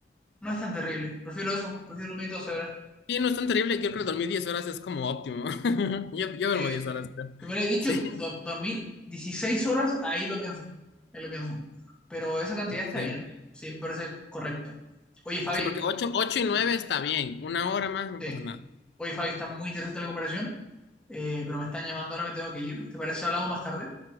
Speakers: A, in the centre; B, on the left (about 70°).
A: No es tan terrible, prefiero eso, prefiero dormir 12 horas.
B: Sí, no es tan terrible. Yo creo que dormir 10 horas es como óptimo. <laughs> Yo, yo duermo
A: Si,
B: 10
A: si
B: horas. creo. <laughs>
A: me hubiera dicho
B: Sí,
A: do- dormir 16 horas, ahí lo pienso, ahí lo pienso. Pero esa cantidad está
B: sí.
A: bien, sí, me parece correcto. Oye, Fabi,
B: Sí, porque 8, 8 y 9
A: ¿ah?
B: está bien. Una hora más no
A: sí,
B: pasa nada.
A: oye, Fabi, está muy interesante la conversación, eh, pero me están llamando, ahora me tengo que ir. ¿Te parece si hablamos más tarde?